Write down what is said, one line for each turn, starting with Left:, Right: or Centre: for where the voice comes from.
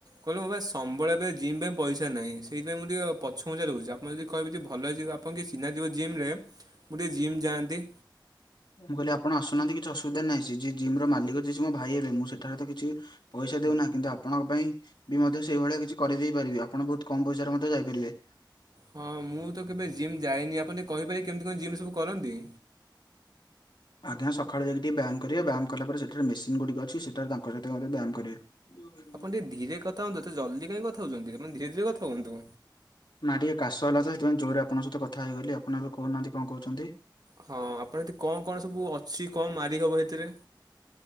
Right: କହିଲେ ମୋ ପାଖେ ସମ୍ବଳ ପାଇଁ ଜିମ ପାଇଁ ପଇସା ନାହିଁ ସେଇଥି ପାଇଁ ମୁଁ ଟିକଏ ପଛ ଘୁଞ୍ଚା ରହୁଛି ଆପଣ ଯଦି କହିବେ ଭଲ ଜି ହେଇଛି। ଆପଣଙ୍କର କିଏ ଚିହ୍ନା ଥିବ ଜିମ ରେ ମୁଁ ଟିକେ ଜିମ୍ ଯାଆନ୍ତି।
Left: ମୁଁ, କହିଲି ଆପଣ ଆସୁନାହାନ୍ତି କି ଅସୁବିଧା ନାଁ ଯିଏ ଜିମ ର ମାଲିକ ଯିଏି ମୋ ଭାଇ ହେବେ ମୁଁ ସେଠାରେ ତ କିଛି ପଇସା ଦଉନା କିନ୍ତୁ ଆପଣଙ୍କ ପାଇଁ ବି ମଧ୍ୟ ସେଇଭଳିଆ କିଛି କରିଦେଇ ପାରିବି ଆପଣ ବହୁତ କମ ପଇସାରେ ମଧ୍ୟ ଯାଇପାରିବେ।
Right: ହଁ ମୁଁ ତ କେବେ ଜିମ୍ ଯାଇନି ଆପଣ ଟିକେ କହିପାରିବେ କେମିତି କଣ ଜିମ୍ ସବୁ କରନ୍ତି?
Left: ଆଜ୍ଞା, ସକାଳେ ଯାଇି ଟିକେ ବ୍ୟାୟାମିବ ବ୍ୟାୟାମ କଲା, ପରେ ସେଠାରେ ମେସିନ୍ ଗୁଡ଼ିକ ଅଛି। ସେଠାରେ ତାଙ୍କ ସହିତ ମଧ୍ୟ ବ୍ୟାୟାମ କରିବେ <unintelligible>
Right: ଆପଣ ଟିକେ ଧୀରେ କଥା ହୁଅନ୍ତୁ ଜଲଦି କାଇଁ କଥାଉଛନ୍ତି। ଆପ ଧୀରେ ଧୀରେ କଥା ହୁଅନ୍ତୁ।
Left: ନା ଟିକେ କାଶ ହେଲା ତ ସେଥିପାଇଁ ଜୋରେ ଆପଙ୍କହି କଥା ହେଇଗଲି। ଆପଣବେ କହୁନାହା କଣ କହୁଛନ୍ତି।
Right: ହଁ ଆପଣ ଏଠି କଣ କଣ ସବୁ ଅଛି କଣ ମାରିହବ ସେଥିରେ?